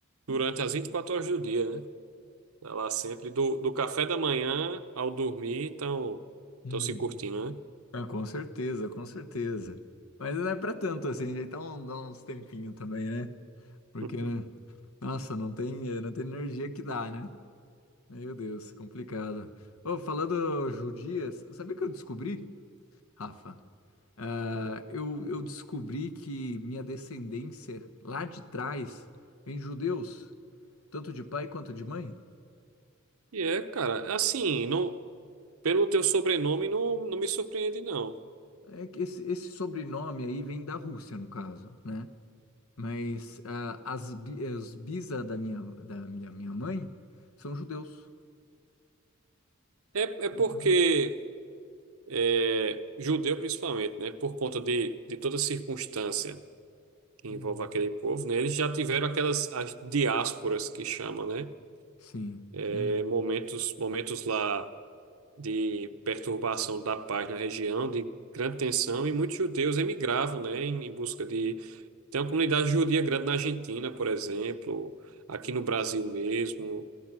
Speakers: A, on the right (about 80°); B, on the left (about 85°).
A: durante as 24 horas do dia, né? Tá lá sempre, do, do café da manhã ao dormir, estão
B: Uhum.
A: se curtindo, né?
B: Ah, com certeza, com certeza. Mas não é pra tanto assim, então dá uns tempinhos também, né? Porque,
A: <laughs>
B: né? Nossa, não tem, eh, não tem energia que dá, né? Meu Deus, complicado. Ô, falando judias, sabia que eu descobri, Rafa? Ah, eu, eu descobri que minha descendência lá de trás vem de judeus, tanto de pai quanto de mãe.
A: E é, cara, assim, não. Pelo teu sobrenome, não, não me surpreende, não.
B: É que esse, esse sobrenome aí vem da Rússia, no caso, né? Mas ah, as, bi- os bisa da minha, da, da minha mãe são judeus.
A: É, é porque
B: Uhum.
A: é, judeu, principalmente, né? Por conta de, de toda circunstância que envolve
B: Uhum.
A: aquele povo, né? Eles já tiveram aquelas as diásporas que chamam, né?
B: Sim.
A: É,
B: Uhum.
A: momentos, momentos lá de perturbação da paz na região, de grande tensão, e muitos judeus emigravam, né? Em, em busca de. Tem uma comunidade judia grande na Argentina, por exemplo, aqui no Brasil mesmo.